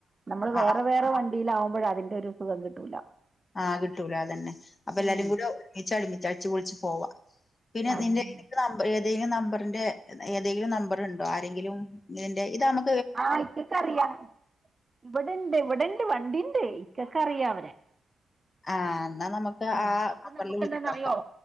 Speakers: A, on the right; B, on the left.
A: നമ്മള് വേറെ
B: ആഹ് ആഹ്
A: വേറെ വണ്ടിയില ആകുമ്പോഴ അതിന്റെ ഒരു സുഖം കിട്ടൂല
B: ആഹ് കിട്ടൂല അതന്നെ അപ്പൊ എല്ലാരും
A: ഉം
B: കൂടെ ഒരുമിച്ച ഒരുമിച്ച് അടിച്ചുപൊളിച്ച് പോവാ പിന്നെ
A: അതന്നെ
B: നിന്റെ എനിക്ക് നമ്പർ ഏതെിലും നമ്പറിന്റെ ഏതെങ്കിലും നമ്പർ ഉണ്ടോ ആരെങ്കിലും ഇന്റെ ഇതണോ
A: അര് കക്കെ അറിയാംഇവിടെണ്ട് ഇവിടെണ്ട് വണ്ടി ഇക്കൊക്കെ അറിയ അവരെ
B: ആ എന്നാ നമുക്ക്
A: ആഹ
B: ആ
A: അപ്പൊ
B: നമ്പറിൽ
A: നമുക്ക്
B: വിളിച്ച്
A: എന്താന്ന്അറിയോ
B: നോക്കാം